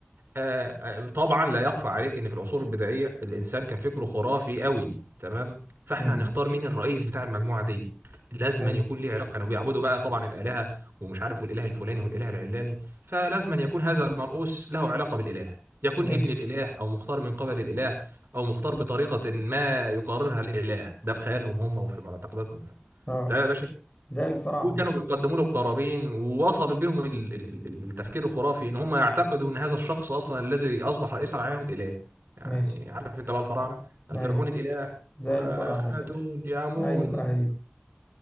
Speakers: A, on the right; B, on the left.
A: آه، طبعا لا يخفى عليك ان في العصور البدائيه الانسان كان فكره خرافي قوي تمام فاحنا
B: مم.
A: هنختار مين الرئيس بتاع المجموعه دي لازما
B: حلو
A: يكون ليه علاقه كانوا بيعبدوا بقى طبعا الالهه ومش عارف والاله الفلاني والاله العلاني فلازما يكون هذا المرؤوس له علاقه بالاله يكون
B: ماشي
A: ابن الاله او مختار من قبل الاله او مختار بطريقه ما يقررها الاله ده في خيالهم هم وفي معتقداتهم
B: اه
A: ده يا باشا
B: زي الفراعنة
A: وكانوا بيقدموا له القرابين ووصل بهم ال- ال- ال- التفكير الخرافي ان هم يعتقدوا ان هذا الشخص اصلا الذي اصبح رئيسا عليهم اله يعني
B: ماشي
A: عارف انت بقى الفراعنه الفرعون
B: أيوه
A: الاله
B: زي
A: واخناتون
B: الفراعنة كده
A: يامون
B: أيوه أيوه